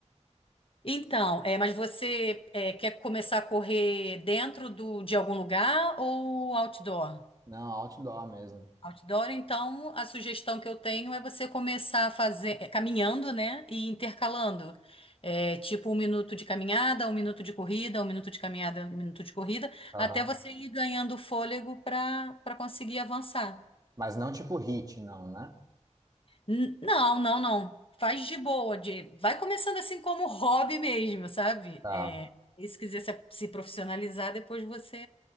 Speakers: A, on the left; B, on the right.
A: Então, é, mas você é, quer começar a correr dentro do, de algum lugar ou outdoor?
B: Não, outdoor mesmo.
A: Outdoor, então, a sugestão que eu tenho é você começar a fazer, é, caminhando, né? E intercalando. É, tipo um minuto de caminhada, um minuto de corrida, um minuto de caminhada, um minuto de corrida,
B: Aham.
A: até você ir ganhando fôlego para para conseguir avançar.
B: Mas não tipo hit, não, né?
A: N- Não, não, não. Faz de boa, de... vai começando assim como hobby mesmo, sabe?
B: Tá.
A: É, e se quiser se, se profissionalizar, depois você